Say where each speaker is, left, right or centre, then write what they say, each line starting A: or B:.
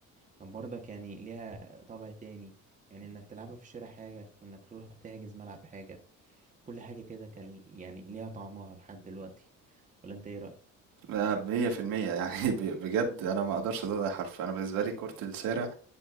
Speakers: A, on the right; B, on the right.
A: كان برضك يعني ليها طابع تاني يعني انك تلعبها في الشارع حاجة وانك تروح تحجز ملعب حاجة كل حاجة كده كان يعني ليها طعمها لحد دلوقتي ولا انت ايه رأيك
B: لا، مية في المية يعني <laughs> ب- بجد أنا ما أقدرش أزود أي حرف أنا بالنسبة لي كرة الشارع